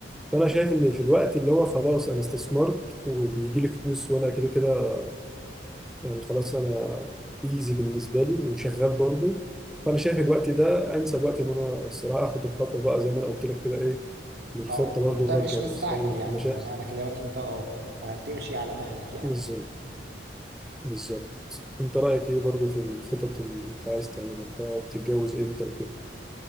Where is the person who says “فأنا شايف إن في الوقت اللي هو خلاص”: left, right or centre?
Centre